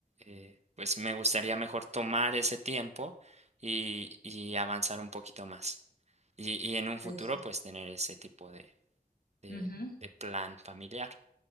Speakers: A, on the right; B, on the left.
A: eh, pues me gustaría mejor tomar ese tiempo y, y avanzar un poquito más. Y, y en un futuro,
B: de eso.
A: pues tener ese tipo de, de,
B: Ujú.
A: de plan familiar.